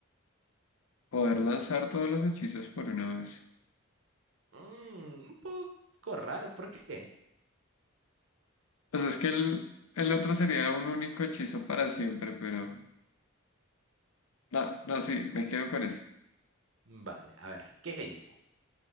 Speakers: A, on the left; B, on the right.
A: Poder lanzar todos los hechizos por una vez.
B: Mm, un poco raro, ¿por qué?
A: Pues es que el, el otro sería un único hechizo para siempre, pero... No, no, sí, me quedo con ese.
B: Vale, a ver, ¿qué dice